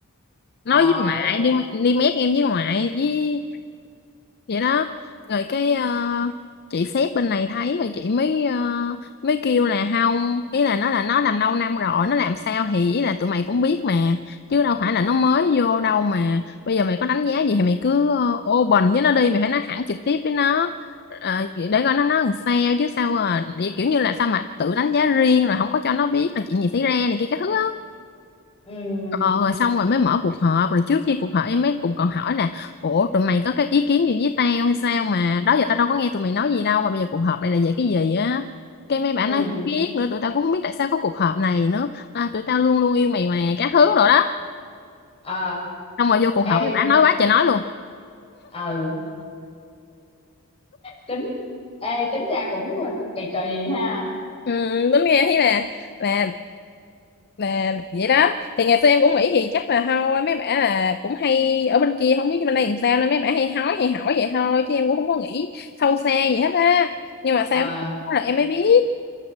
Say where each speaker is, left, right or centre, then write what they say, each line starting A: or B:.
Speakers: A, on the left; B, on the left.
A: ờ
B: nói với ngoại đi đi mét em với ngoại với vậy đó rồi cái ờ, chị sếp bên này thấy rồi chị mới ờ, mới kêu là không ý là nó là nó làm lâu năm rồi nó làm sao thì ý là tụi mày cũng biết mà chứ đâu phải là nó mới vô đâu mà bây giờ mày có đánh giá gì thì mày cứ ờ, open với nó đi mày phải nói thẳng trực tiếp với nó Ờ, để coi nó nói làm sao chứ sao mà kiểu như là sao mà tự đánh giá riêng rồi không có cho nó biết là chuyện gì xảy ra này kia các thứ á.
A: ừ
B: Ờ, rồi xong rồi mới mở cuộc họp rồi trước khi cuộc họp em mới cũng còn hỏi là ủa tụi mày có cái ý kiến gì với tao hay sao mà đó giờ tao đâu có nghe tụi mày nói gì đâu mà bây giờ cuộc họp này là về cái gì á cái mấy bạn
A: ừ
B: nói không biết nữa tụi tao cũng không biết tại sao có cuộc họp này nữa à, tụi tao luôn luôn yêu mày mà các thứ rồi đó
A: ờ
B: xong rồi vô cuộc
A: ê
B: họp mấy bạn nói quá trời nói luôn
A: ừ tính ê tính ra cũng kỳ kỳ ha
B: Ừ, đúng nghe thấy là là là vậy đó thì ngày xưa em cũng nghĩ thì chắc là thôi mấy bả là cũng hay ở bên kia không biết bên đây làm sao nên mấy bả hay hói hay hỏi vậy thôi chứ em cũng không có nghĩ sâu xa gì hết á nhưng mà sao
A: ờ
B: biết là em mới biết